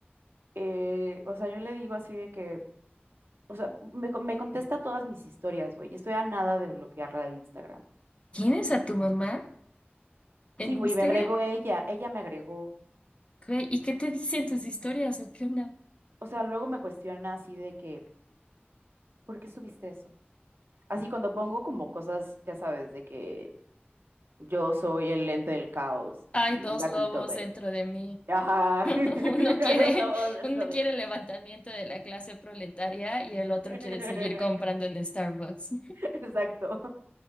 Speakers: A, on the right; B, on the left.
A: eh, o sea, yo le digo así de que, o sea, me, co- me contesta todas mis historias, güey. y Estoy a nada de bloquearla de Instagram.
B: ¿Tienes
A: Este,
B: a tu mamá en
A: Sí, güey,
B: Instagram?
A: me agregó ella, ella me agregó.
B: Güey, ¿Y qué te dicen tus historias o qué onda?
A: O sea, luego me cuestiona así de que, ¿por qué subiste eso? Así cuando pongo como cosas, ya sabes, de que yo soy el lente del caos
B: Hay
A: y
B: dos
A: un gatito,
B: lobos
A: güey.
B: dentro de mí.
A: Ajá,
B: <laughs>
A: <laughs>
B: Uno quiere,
A: los lobos dentro
B: uno
A: de
B: quiere
A: mí.
B: el levantamiento de la clase proletaria y el otro
A: <laughs>
B: quiere seguir comprando en Starbucks.
A: Exacto.